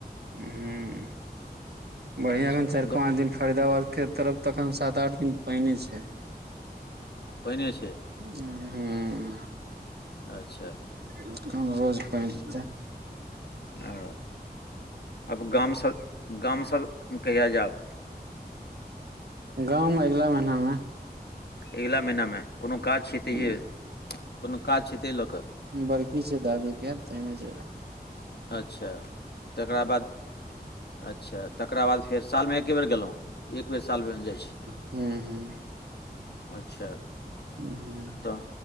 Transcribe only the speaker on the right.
हुं बढ़िया
नै चाएर पाँच दिन फरीदाबाद के तरफ तखन सात-आठ दिन पईने छै,
ह-हुं।
ऐखन रोज परय छै।
गाम अगिला महीना मे।
ह
बरखी छै दादी के तै मे जैबय।
हूं-हूं।
हुं।